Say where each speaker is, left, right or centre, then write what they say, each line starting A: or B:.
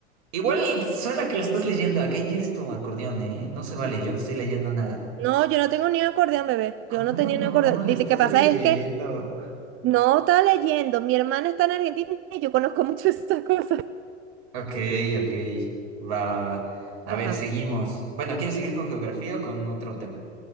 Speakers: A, on the right (about 60°); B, on the right (about 40°).
A: Igual suena que la estás leyendo, aquí tienes tu acordeón, ¿eh? No se vale, yo no estoy leyendo nada.
B: No, yo no tengo ni un acordeón, bebé.
A: ¿Cómo
B: Yo no tenía
A: no?
B: ni un acordeón.
A: La
B: Lo
A: estás
B: que pasa
A: leyendo.
B: es que no estaba leyendo. Mi hermano está en Argentina y yo conozco mucho <laughs> esas cosas.
A: Ok, ok, va, va, va. A
B: Ajá.
A: ver, seguimos. Bueno, ¿quieres seguir con geografía o con otro tema?